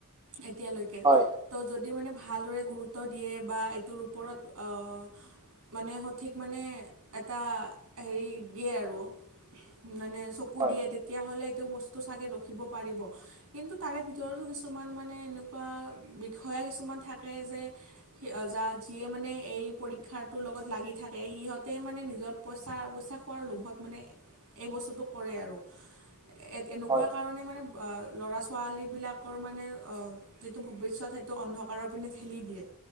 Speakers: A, on the right; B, on the right.
A: এতিয়ালৈকে হাআ',
B: হয়
A: তো যদি মানে ভালদৰে গুৰুত্ব দিয়ে বা এইটোৰ ওপৰত অহহহহ', মানে সঠিক মানে এটা হেৰি দিয়ে আৰু মানে', চকু
B: হয়।
A: দিয়ে
B: হয়
A: তেতিয়াহ'লে এইটো বস্তু চাগে ৰখিব পাৰিব', কিন্তু তাৰে ভিতৰতো কিছুমান মানে এনেকুৱা বিষয়া কিছুমান থাকে যে', কি', - অ', -যা', - যিয়ে মানে এই পৰীক্ষাটোৰ লগত লাগি থাকে সিহঁতে মানে নিজৰ', পইচা - পইচা খোৱাৰ লোভত মানে, এই বস্তুটো কৰে আৰু', এ', -এনে', -এনেকুৱা
B: হয়
A: কাৰণে মানে ব', -আহ', ল'ৰা - ছোৱা', ছোৱালীবিলাকৰ মানে অহ', যিটো ভৱিষ্যত সেইটো অন্ধকাৰৰ পিনে ঠেলি দিয়ে',